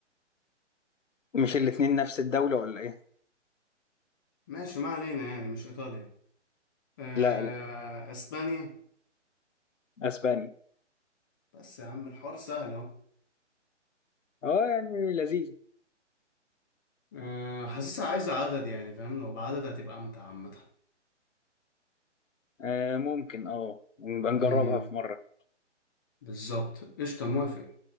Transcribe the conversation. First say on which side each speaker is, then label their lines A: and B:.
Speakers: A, on the left (about 85°); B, on the left (about 15°).
A: مش الاتنين نفس الدولة ولا ايه
B: ماشي ما علينا يعني مش إيطاليا آه،
A: لا لا
B: أسبانيا
A: اسبانيا
B: بس يا عم الحوار سهل أهو
A: اه يعني لذيذ
B: آه، حاسسها عايزة عدد يعني فاهم لو بعدد هتبقى أمتع عامة
A: آه ممكن اه نبقى نجربها
B: أمم،
A: في مرة
B: بالظبط قشطة موافق